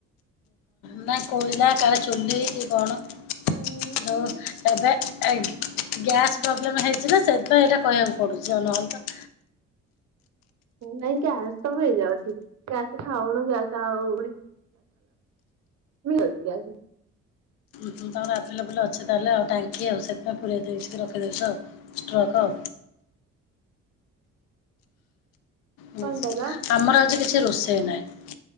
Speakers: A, on the left; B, on the right.
A: ନା କୋଇଲା କାହାର ଚୁଲି କି କଣ। <unintelligible>
B: ଉଁ
A: ଗ୍ୟାସ୍ ପ୍ରୋବ୍ଲେମ ହେଇଥିଲେ ସେଥିପାଇଁ ଏଇଟା କହିବାକୁ ପଡୁଛି ନ ହେଲେ ତ
B: ନାଇଁ ଗ୍ୟାସ ତ ହେଇଯାଉଛି ଗ୍ୟାସ ଖାଉନ ଗ୍ୟାସ ଆଉ ପୁଣି <unintelligible>
A: ତମର ଆଭେଲେବୁଲୁ ଅଛି ତା ହେଲେ ଆଉ ଟାଙ୍କି ଆଉ ସେଥିପାଇଁ ପୁରେଇ ଦେଇଛିି ରଖିଦେଇଛି ଆଉ। ଷ୍ଟ୍ରୋକ। ହୁଁ
B: କଣ କହିଲ
A: ଆମର ଆଜି କିଛି ରୋଷେଇ ନାହିଁ।